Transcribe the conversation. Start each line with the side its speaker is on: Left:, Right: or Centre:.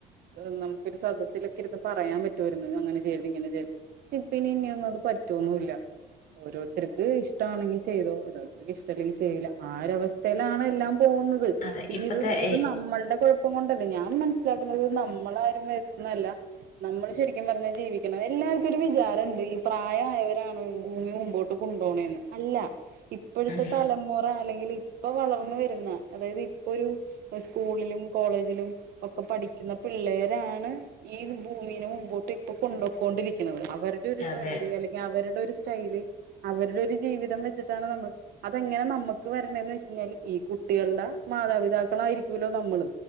Right: ക് നമുകൊരു സദസ്സിലൊക്കെ രുന്ന് പറയാൻ പറ്റുവമായിരുന്നു അങ്ങനെ ചെയ്യര് തു ഇങ്ങനെ ചെയരത് പക്ഷെപ്പനിഇനൊന്നുംഅത്പറ്റോ ന്നില്ല ഓരോരുത്തർക്ക് ഇഷ്ടമാണെങ്കിൽ ചെയ്തോ അതോ വര്ക്ക് ഇഷ്ടമല്ലെങ്കിൽചെയ്യു ല. ആഒരവസ്ഥയിലാണ് എല്ലാം പോകുന്നത്.
Left: അതെ
Right: പിന്ന
Left: ഇപ്പത്തെ
Right: ഇത് ഇത് നമ്മൾടെ കൊഴപ്പ പ്പം കൊണ്ടല്ലേ ഞാൻ മനസ്സിലാക്ന്നത്‌നമ്മള ആരും വര്ത് ന്നതല്ല നമ്മള്ശരിക്കുംപറഞ്ഞാജീവിക്കണം എല്ലാവർക്കുംരു വിചാരംഇണ്ട് ഈ പ്രായമായവരാണ് ഭൂമി മുമ്പോട്ട് കൊണ്ടോണേന്ന് അല്ല ഇപ്പോഴത്തെ
Left: ഉം
Right: തലമുറ അല്ലെങ്കിൽ ഇപ്പൊ വളർന്നു വരുന്ന അതായത് ഇപ്പൊ രു പ്പ സ്കൂളിലും കോളേജിലുംഒക്കെ പഠിക്കുന്ന പിള്ളേരാണ് ഈ ഭൂമിനെ മുമ്പോട്ട് ഇപ്പൊ കൊണ്ടുക്കോണ്ടിരിക്കുന്നത് അവര്ടെ ഒരു
Left: അതെ
Right: ട്രെൻഡ് അല്ലെങ്കിൽ അവരുടെ ഒരു സ്റ്റൈല് അവരുടെ ഒരു ജീവിതം വെച്ചിട്ടാണ് നമ്മൾ അതെങ്ങനെ നമ്മുക്ക് വരണേന്നയിച്ച യിഞ്ഞാല് ഈ കുട്ടികള്ടെ മാതാപിതാക്കളായിരിക്കൂല്ലോ നമ്മള്